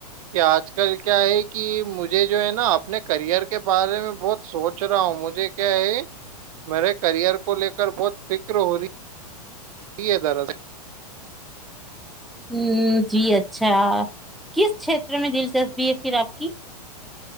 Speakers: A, on the right; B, in the centre.
A: کہ آج کل کیا ہے کہ مجھے جو ہے نا اپنے کرئر کے بارے میں بہت سوچ رہا ہوں مجھے کیا ہے میرے کرئر کو لے کر بہت فکر ہو رہی جی ہے دراص <unintelligible>
B: ہ جی اچھا کس چھیت میں دلچسپی ہے پھر آپ کی